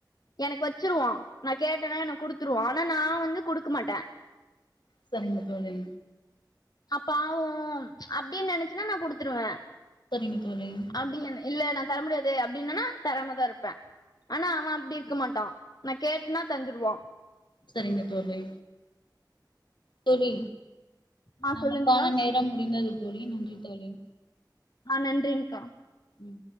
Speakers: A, on the left; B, on the left.
A: எனக்கு வச்சிருவா நா கேட்டேனா எனக் குடுத்துருவா ஆனா நா வந்து குடுக்க மாட்ட
B: சரிங்க தோழி
A: அப்பாவு அப்டின் நெனச்சன்னா நா குடுத்துருவ
B: சரிங்க தோழி
A: அப்டி ஒன்னு இல்ல நா தர முடியாது அப்டின்னனா தராமதா இருப்ப ஆனா அவ அப்டி இருக்க மாட்டா நா கேட்னா தந்துருவா
B: சரிங்க தோழி தோழி
A: ஆ
B: நமக்கான
A: சொல்லுங்க்கா
B: நேரம் முடிந்தது தோழி நன்றி தோழி
A: ஆ நன்றிங்கா
B: ம்